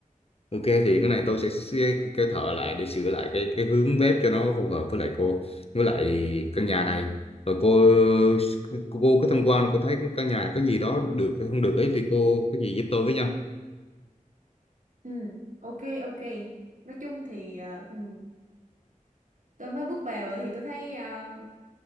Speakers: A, on the left; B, on the right.
A: Ok thì cái này tôi sẽ sẽ kêu thợ lại để sửa lại cái cái hướng bếp cho nó phù hợp với lại cô với lại căn nhà này. Rồi cô cô, cô có tham quan cô thấy cái căn nhà này có gì đó được hay không được ấy thì cô có gì giúp tôi với nha.
B: ừ ok ok nói chung thì ờ, ừ, tôi mới bước vào thì tôi thấy à,